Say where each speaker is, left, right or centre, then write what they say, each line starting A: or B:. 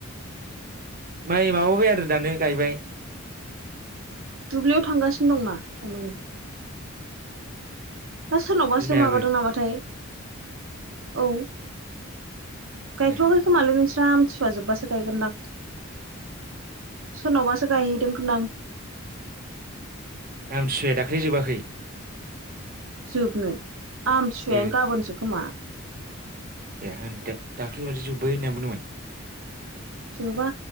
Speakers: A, on the right; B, on the right.
A: माइ माबाबाय आरो दानो गायबाय ।
B: दुब्लियाव थांगासिनो दंना थामायनि दा सोरनावबासो
A: बिमायाबो
B: माबादों नामाथाय? औ गायथ'वाखै
A: ए
B: खोमालै नोंस्रा आमथिसुवा जोबबासो। गोनद सोरनावबासो गायहैदों खोनादों।
A: आमथिसुवाया दाख्लि जोबाखै? <inaudible>
B: जोबनो आमथिसुवायानो
A: ओ
B: गाबोनसो खोमा।
A: ए आं दज दाख्लै बादि जोब्बाय होनना बुङोमोन।
B: जोबा